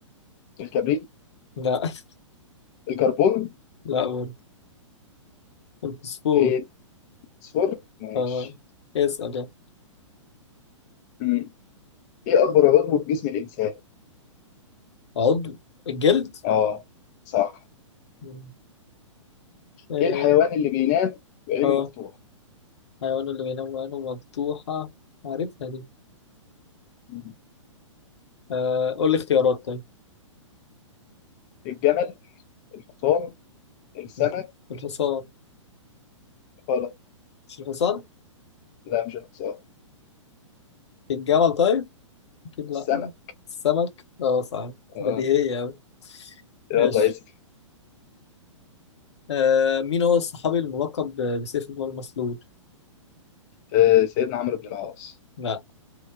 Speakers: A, on the left (about 30°); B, on the left (about 60°).
A: الكبريت
B: لا <laughs>
A: الكربون
B: لا برضه الفوسفور
A: آه، الفوسفور ماشي
B: اه اسأل يعني
A: مم. إيه أكبر عضو في جسم الإنسان؟
B: عضو الجلد
A: اه صح
B: مم. اه
A: ايه الحيوان اللي بينام وعينه
B: آه.
A: مفتوح
B: حيوان اللي بينام وعينه مفتوحة عارفها دي
A: مم.
B: آه. قول لي اختيارات طيب
A: الجمل الحصان السمك
B: <laughs> الحصان
A: غلط
B: مش الحصان
A: لا مش الحصان
B: الجمل طيب أكيد لأ
A: السمك
B: السمك اه صح
A: اه
B: بديهية أوي
A: يلا
B: ماشي
A: اسال
B: آه. مين هو الصحابي الملقب ب- بسيف الله المسلول؟
A: آه، سيدنا عمرو بن العاص
B: لأ